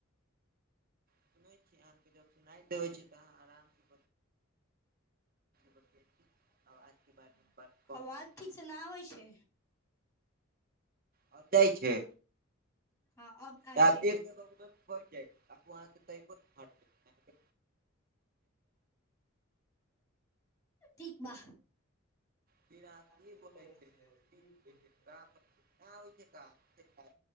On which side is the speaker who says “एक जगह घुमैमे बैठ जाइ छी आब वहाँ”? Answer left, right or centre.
Right